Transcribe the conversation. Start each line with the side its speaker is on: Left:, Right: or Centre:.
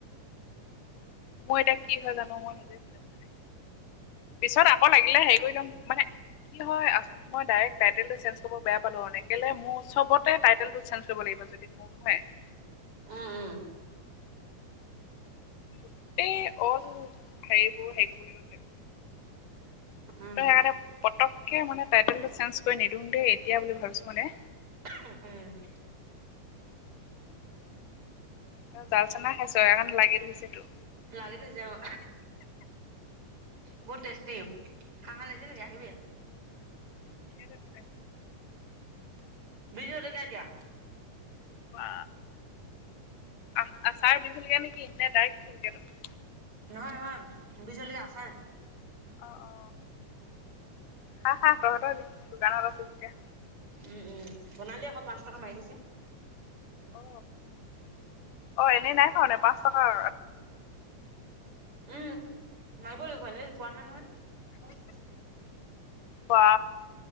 Left: মোৰ এতিয়া কি হয় জানো মই নিজে নাজানিছোঁ দেই, পিছত আকৌ লাগিলে হেৰি কৰি লম মানে কি হয় আ মই ডাইৰেক্ট টাইটেলটো চেঞ্জ কৰিব বেয়া পালো মানে, কেলে মোৰ সবতে টাইটেলটো চেঞ্জ কৰিব লাগিব যে। হয় <inaudible>
Right: উম, উম,
Left: গোটেই অল হেৰিবোৰ হেৰি কৰিব লাগিব যে।
Right: উম,
Left: ত সেইকাৰণে পতককে মানে টাইটেলটো চেঞ্জ কৰি নিদিওঁ দেই এতিয়া বুলি ভাবিছো মানে।
Right: <unintelligible>
Left: তই জাল চানা খাইছো সেইকাৰণে লাগি ধৰিছে তো।
Right: লাগি ধৰিছে অ। বহুত টেষ্টি খাও খাও লাগিছে নেকি আহিবি?
Left: পঠিয়াই দে মোলে <inaudible>
Right: বি জলকীয়া দিয়া।
Left: বা আহ আচাৰ বি জলকীয়া নেকি নে ডাইৰেক্ট বি জলকীয়াটো?
Right: নহয় নহয় বি জলকীয়া আচাৰ।
Left: অ অ খা খা তহঁতৰ দিন, দোকানত আছো যেতিয়া।
Right: উম উম বনালিয়ে আকৌ পাঁচ টকা মাৰি দিছে।
Left: অ অ এনেই নাই খুৱা মানে পাঁচ টকা <inaudible>
Right: উম মাৰিব লাগিব এনেই পোৱা নাই নহয়।
Left: বা